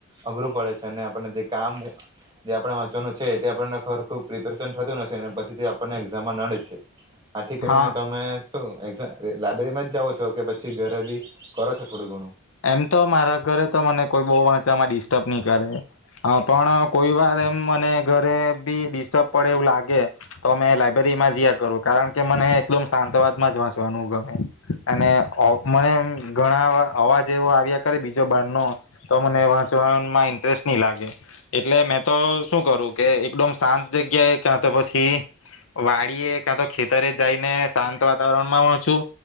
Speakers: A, on the right; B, on the left.
A: અઘરું પડે છે. અને આપને જે કામ જે આપણે વાંચવાનું છે, એ આપણને ખબર ખૂબ પ્રિપેરેશન થતું નથી અને પછી તે આપણને એક્ઝામમાં નડે છે. આથી કરીને
B: હા
A: તમે શું એકઝા લાયબ્રેરીમાંજ જાાવો છો કે પછી ઘરે બી કરો છો થોડું ઘણું?
B: એમ તો મારા ઘરે તો મને કોઈ બહ વાંચવામાં ડિસ્ટર્બ નહી કરે. હા પણ કોઈ વાર એમ મને ઘરે બી ડિસ્ટર્બ પડે એવું લાગે, તો અમે લાયબ્રેરી માં જયા કરું. કારણ કે, મને એકદમ શાંતવાદમાં જ વાંચવાનું ગમે. અને અહ મને અમ્મ એ ઘણા અવા અવાજ જેવો આવ્યા કરે બીજા બાર નો તો મને વાંચવામાં ઇન્ટરેસ્ટ નહી લાગે. એટલે મેં તો શું કરું કે એકદમ શાંત જગ્યાએ, ક્યા તો પછી વાડી એ, ક્યા તો ખેતરે જઈને શાંત વાતાવરણમાં વાંચું.